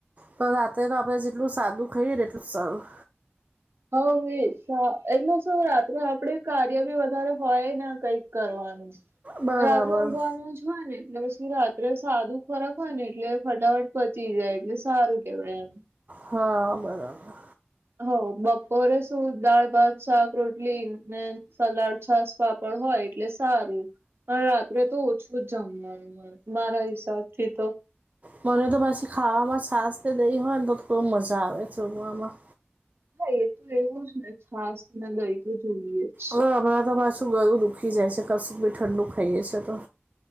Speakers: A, on the right (about 35°); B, on the right (about 65°).
A: પણ રાત્રે તો આપડે જેટલું સાદું ખાઈએ ને એટલું સારું.
B: હ એટલે શું રાત્રે આપડ કાર્ય બી વધારે હોય ને કઈક કરવાનું.
A: બરાબર
B: રાત્રે ઊંઘવાનું હોય ને એટલે રાત્રે સાદું ખોરાક હોય ને એટલે ફટાફટ પચી જાય એટલે સારું કેહેવાય એમ.
A: હા બરાબર.
B: હ બપોરે શું દાળ ભાત શાક રોટલી સલાડ છાસ. વાપડ હોય એટલે સારું. રાત્રે તો ઓછું જ જમવાનું મને મારા હિસાબ થી તો.
A: મને તો પછી ખાવામાં શસ દઈ હોય ને તો બહ મજા આવે જોગવામાં.
B: હા એ તો એવું જ ને છાસ ના દઈ તો જોઈએ જ.
A: હવે હમણાં તો પાછું બરું દુખી જાય છે કશુંક બી ઠંડુ ખાઈએ છે તો.